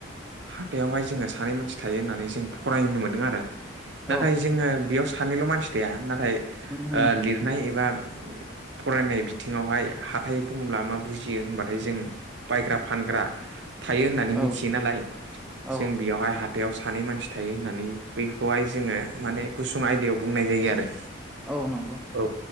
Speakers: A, on the right (about 60°); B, in the centre.
A: हाथायावहाय जोङो सानै मानसि थायो होननानै जों फरायनो मोन्दों आरो। नाथाय
B: औ
A: जोङो बेयाव सानैल' मानसि थाया नाथाय
B: उम
A: ओ लिरनाय एबा फरायनाय बिथिङावहाय हाथाय बुङोब्ला मा बुजियो होनबाथाय जों बायग्रा फानग्रा थायो होननानै
B: औ
A: मिथियो नालाय
B: औ
A: जों बेयावहाय हाथायाव सानै मानसि थायो होननानै बैखौहाय जोङो माने गुसुं आयदायाव बुंनाय जायो आरो।
B: औ नंगौ।
A: औ